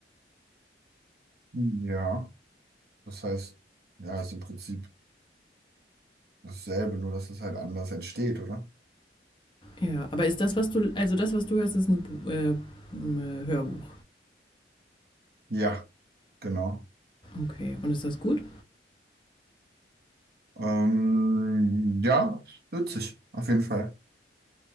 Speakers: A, on the right; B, on the left.
A: Ja, das heißt, ja, ist im Prinzip dasselbe, nur dass es halt anders entsteht, oder?
B: Ja, aber ist das, was du, also das, was du hörst, ist ein, äh, ein äh, Hörbuch.
A: Ja, genau.
B: Okay, und ist das gut?
A: Ähm, ja, witzig, auf jeden Fall.